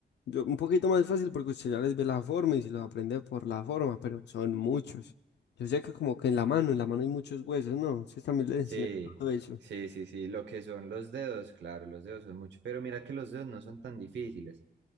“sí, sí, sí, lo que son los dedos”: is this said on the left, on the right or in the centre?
Right